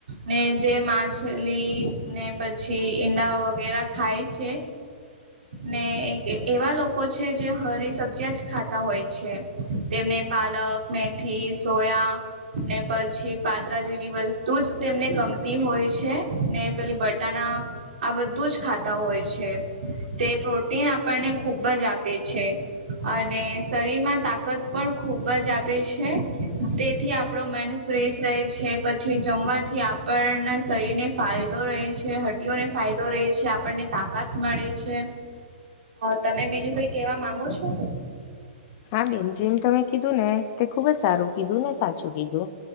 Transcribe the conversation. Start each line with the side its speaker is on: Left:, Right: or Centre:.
Right: ને જે માછલી ને પછી ઈંડા વગેરે ખાય છે. ને એક કે એવા લોકો છે જે હરી સબ્જિયા જ ખાતા હોય છે, તેમને પાલક મેથી સોયા. ને પછી પાત્રા જેવી વસ્તુ જ તેમને ગમતી હોય છે ને પેલી બટાણા આ બધું જ ખાતા હોય છે તે પ્રોટીન આપણને ખૂબ જ આપે છે અને શરીરમાં તાકાત પણ ખુબ જ આપે છે. તેથી આપણો માઇન્ડ ફ્રેશ રહે છે પછી જમવાથી આપણના શરીરને ફાયદો રહે છે હડ્ડીઓને ફાયદો રહે છે આપણને તાકાત મળે છે. તમે બીજું કઈ કેવા માંગો છો?
Left: હા બેન જેમ તમે કીધું ને તે ખુબ જ સારું કીધું ને સાચું કીધું